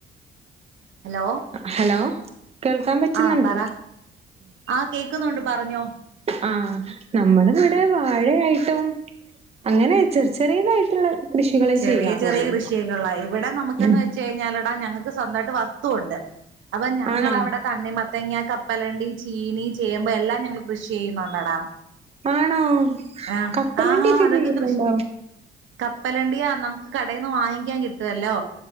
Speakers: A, on the right (about 75°); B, on the right (about 30°).
A: ഹലോ
B: ഹലോ കേൾക്കാൻ പറ്റുന്നുണ്ടോ
A: ആഹ് പറ ആഹ് കേക്കുന്നുണ്ട് പറഞ്ഞോ
B: ആ നമ്മള് ഇവിടെ വാഴയായി ട്ടും അങ്ങനെ ചെറിയ ചെറിയതായിട്ടുള്ള കൃഷികളെ
A: ചെറിയ
B: ചെയ്യാറുള്ളൂ
A: ചെറിയ കൃഷിയൊക്കെ ഉള്ളു ഇവിടെ നമുക്കന്ന്
B: ഉം
A: വെച്ച്കഴിഞ്ഞാലെടാ ഞങ്ങക്ക് സ്വന്തമായിട്ട് വസ്തുവുണ്ട് അപ്പൊ ഞങ്ങൾഅവിടെ
B: ആണോ
A: തണ്ണി തേങ്ങ കപ്പ കപ്പലണ്ടി ചീനി ചേമ്പ് ഇപ്പ എല്ലാം ഞങ്ങള് കൃഷി ചെയ്യുന്നുണ്ടടാ
B: ആണോ
A: ആ
B: കപ്പലണ്ടിയൊക്കെ
A: ആ ആ അതൊക്കെ
B: ചെയ്യുന്നുണ്ടോ
A: കൃഷി കപ കപ്പലണ്ടിയാ നമുക്ക് കടയിന്ന് വാങ്ങിക്കാൻ കിട്ടുവല്ലോ